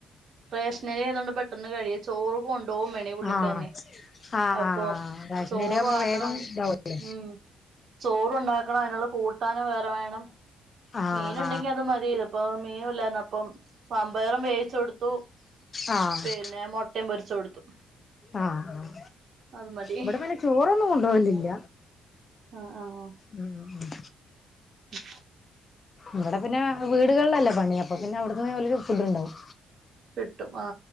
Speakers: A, on the right; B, on the left.
A: റേഷ്നരി ആയത കൊണ്ട് പെട്ടെന്ന് കഴിയ ചോറ് കൊണ്ടുപോും വേ ടെ പുള്ളി
B: ആഹ്
A: ക്കാരന്
B: ആഹ്
A: അപ്പോ
B: ആഹ് റേഷനരി
A: ചോറും
B: ആവുമ്പോ
A: ആക്കണ്ണം
B: വേഗം ഇതാവൂലേ
A: മ് ചോ ണ്ടാക്കണ്ണം അയ്ന്ള്ള കൂട്ടാന്‌ വേറെ വേണം
B: ആഹ്
A: മീന്ണ്ടങ്കി അത് മതി ഇത് പ്പം മീനും ല്ലാറ്ഞപ്പം വമ്പേറും വേവിച്ച് കൊടുത്തു
B: ആഹ്
A: പിന്നെ മുട്ടയും പൊരിച്ച് കൊടുത്തു
B: ആഹ് ആഹ്
A: അത് മതി
B: ഇവിടെ പിന്നെ ചോറൊന്നും കൊണ്ടുപോലില്ല
A: ആഹ് ആഹ്
B: ഉം ഉം ഉം
A: ഉ
B: ഇവിടെ പിന്നെ വീടുകളിലല്ലേ പണി അപ്പൊ പിന്നെ അവിടുന്ന് വലരു ഫുഡ് ഉണ്ടാവും
A: കിട്ടും ആ